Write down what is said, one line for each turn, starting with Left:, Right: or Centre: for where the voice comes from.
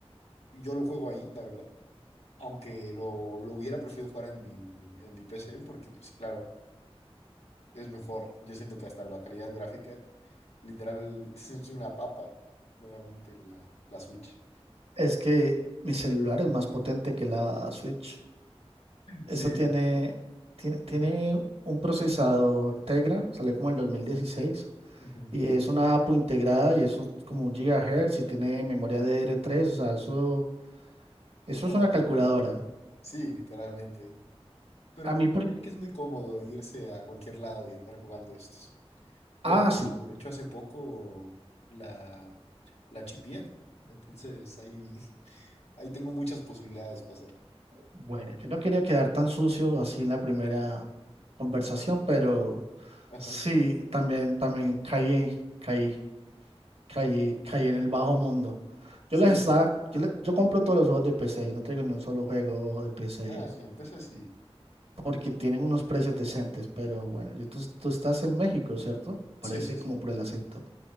Left: yo lo juego ahí, la verdad. Aunque lo, lo hubiera preferido jugar en mi, en mi PC, porque, pues claro, es mejor. Yo siento que hasta la calidad gráfica Literal, <laughs> es una papa, claramente la, la Switch.
Right: es que mi celular es más potente que la Switch. Eso
Left: Sí,
Right: tiene,
Left: la...
Right: tiene, tiene
Left: Ujú,
Right: un procesador Tegra, salió como el 2016
Left: ujú.
Right: y es una APU integrada y eso es como un gigahertz y tiene memoria ddr tres, o sea, eso, eso
Left: No
Right: es una
Left: va.
Right: calculadora.
Left: Sí, literalmente. Pero
Right: A mí, por...
Left: mira que es muy cómodo irse a cualquier lado y andar jugando estos.
Right: Ah,
Left: Yo, justo,
Right: sí.
Left: de hecho, hace poco la, la chipié. Entonces, ahí, <laughs> ahí tengo muchas posibilidades para hacer.
Right: Bueno, yo no quería quedar tan sucio así en la primera conversación, pero
Left: Ajá.
Right: sí, también, también caí, en- caí, caí, caí en el bajo mundo. Yo
Left: Sí.
Right: les estaba, yo, le- yo compro todos los juegos de PC, yo no tengo ni un solo juego de PC,
Left: Ah, sí, empecé, sí.
Right: porque tienen unos precios decentes, pero bueno, yo, tú, tú estás en México, ¿cierto? Parece
Left: Sí, sí, sí.
Right: como por el acento.